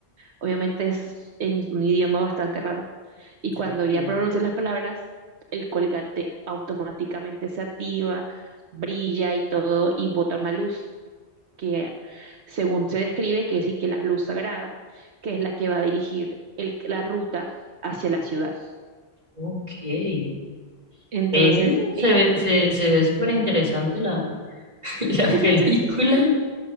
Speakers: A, on the right; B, on the right.
A: Obviamente es en un idioma bastante raro, y
B: Perfil.
A: cuando ya pronuncia las palabras, el colgate automáticamente se activa, brilla y todo, y bota una luz que, según se describe, que es y que la luz sagrada, que es la que va a dirigir el- la ruta hacia la ciudad.
B: Ok.
A: Entonces,
B: Eh, se
A: ella,
B: ve, se, se ve súper interesante la, <laughs> la
A: <laughs>
B: película